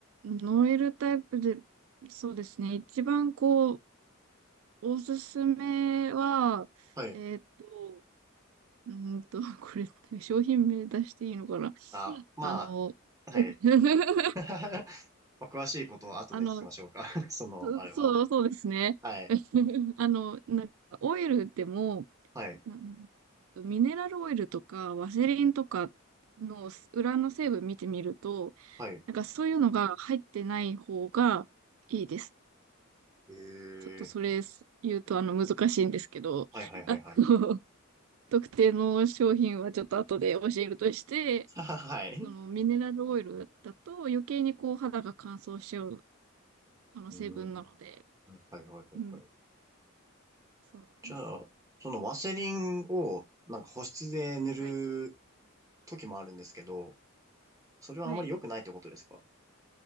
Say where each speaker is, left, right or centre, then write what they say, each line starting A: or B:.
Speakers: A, on the right; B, on the right.
A: ノエルタイプで、そうですね、一番こう、おすすめは、
B: はい。
A: えーっと、うーんと、<laughs> これ、商品名出していいのかな
B: あ、まあ、
A: あの、
B: はい。
A: <laughs>
B: <laughs> まあ、詳しいことは後で聞きましょうか。
A: あの、
B: <laughs> その、
A: そそう、
B: あれは。
A: そうですね。
B: はい。
A: <laughs> あの、なんか、オイルでも、
B: はい。
A: ななんミネラルオイルとか、ワセリンとかの裏の成分見てみると、
B: はい。
A: なんかそういうのが入ってない方がいいです。
B: え
A: ちょっとそれ言うとあの難しいんですけど、
B: ー。はいはいはいはい。
A: あの、<laughs> 特定の商品はちょっと後で教えるとして、
B: <laughs> はははい。
A: そのミネラルオイルだと余計にこう肌が乾燥しちゃうあの成分なので、
B: うーん。はいはいはいはい。
A: うん、そうなんです。
B: じゃあ、そのワセリンを、なんか保湿で塗
A: はい。
B: る時もあるんですけど、それはあまり良くないってことですか
A: はい。